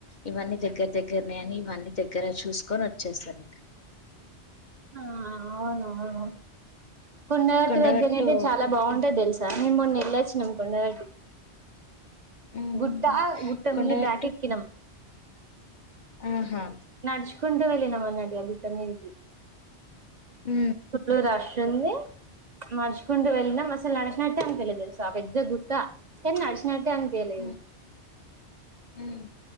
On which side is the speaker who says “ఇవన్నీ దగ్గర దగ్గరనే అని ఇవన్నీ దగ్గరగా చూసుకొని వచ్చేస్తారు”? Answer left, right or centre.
Left